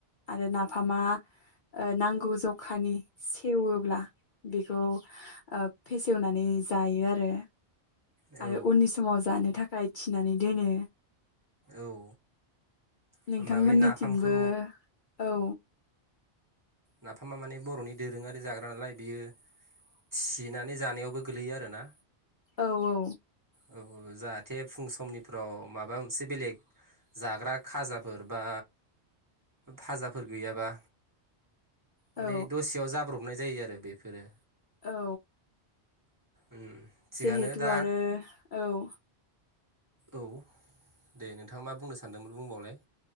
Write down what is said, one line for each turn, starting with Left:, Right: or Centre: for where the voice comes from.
Left: आरो नाफामा ओ नांगौ जखानि सेवोब्ला बेखौ ओब फेसेवनानै जायो आरो
Right: औ
Left: आरो उननि समाव जानो था खाय थिनानै दोनो।
Right: औ
Left: नोंथांमोननिथिंबो
Right: होमबा बे नाफामखौ
Left: औ।
Right: नाफामा माने बर'नि दोरोङारि जाग्रा नालाय बियो थिनानै जानायावबो गोलैयो आरोना?
Left: औ औ।
Right: औ औ जाहाथे फुं समनिफ्राव माबा मोनसे बेलेग जाग्रा खाजाफोर बा भाजाफोर गैयाबा माने
Left: औ
Right: दसेयाव जा ब्रबनाय जायो आरो बेफोरो
Left: औ।
Right: उम थिगानो
Left: जिहेथु
Right: दा
Left: आरो औ।
Right: औ दे नोंथाङा मा बुंनो सानदोंमोन बुंबावलाय।